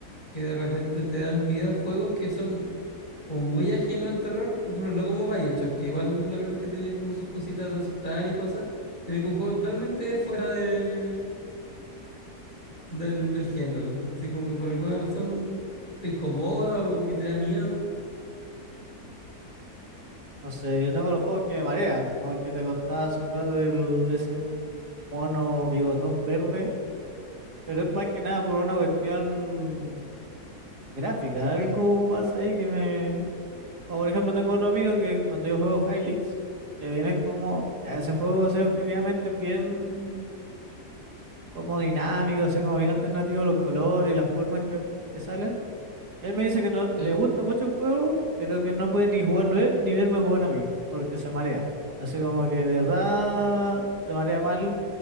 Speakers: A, on the left; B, on the right.
A: que de repente te dan miedo juegos que son como muy ajenos al terror. Por ejemplo, no como BioShock, que igual de repente tiene como sus cositas de asustar y cosas. Tiene que un juego
B: ¿Mm?
A: totalmente fuera de, del, del género. Así como que por alguna razón te incomoda o como que te da miedo.
B: no sé, yo tengo los juegos que me marean, como el que te contaba hace un rato del ese mono bigotón verde, pero es más que nada por una cuestión gráfica, algo pasa ahí que me... Como por ejemplo tengo otro amigo que cuando yo juego High Leaks, que viene como, ya ese juego o sea, objetivamente es bien como dinámico, así como bien alternativo los colores y las formas que, que salen. Él me dice que no le
A: Claro.
B: gusta mucho el juego, pero que no puede ni jugarlo él ni verme jugar a mí, porque se marea. Así como que de verdad se marea mal